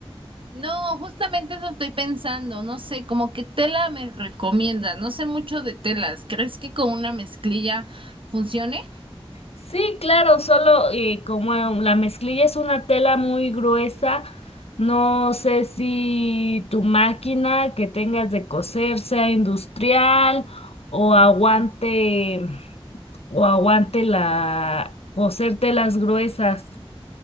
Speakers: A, on the right; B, on the left.
A: No, justamente eso estoy pensando, no sé, como que tela me recomienda, no sé mucho de telas, ¿crees que con una mezclilla funcione?
B: Sí, claro, solo eh, como eh, la mezclilla es una tela muy gruesa, no sé si tu máquina que tengas de coser sea industrial o aguante o aguante la coser telas gruesas.